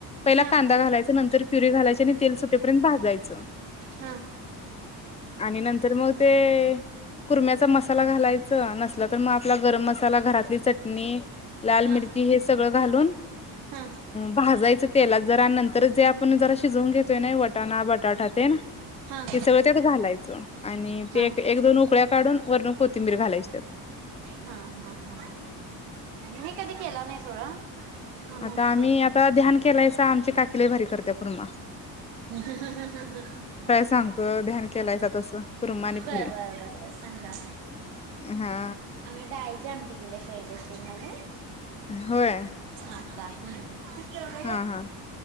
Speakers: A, on the left; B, on the right.
A: पहिला
B: हा
A: कांदा घालायच नर पुरी घालायची आणि तेल सोटेपर्यंत भाजायचं
B: हा
A: आणि नंतर मग ते कुर्म्याचा मसाला घालायचा नसला तर मग आपला गरम मसाला घरातली चटणी लाल
B: हा
A: मिरची हे सगळं घालून
B: हा
A: भाजायचं तेलात जरा नंतर जे आपण जरा शिजवून घेतोय ना वटाणा बटाटा ते ना
B: हा
A: ते सगळं त्या घालायचं आणि
B: हा.
A: ते एक दोन उकड्या काढून वरण कोथिंबीर घालायचतात.
B: हा हा हा मी कधी केला नाही सोडा. मम्मीच
A: आता आम्ही
B: केलती.
A: आता ध्यान केलायस आमची काकीला भारी करते पूर्मा
B: बर
A: सांगतो ध्यान केलायसा तसं कुर्मा आणि
B: बर
A: पुरी
B: बर बस. सांगा
A: हा
B: आम्ही दायच आम टिकेले सोजसिंगले
A: होय
B: आछ हम्म
A: हा हा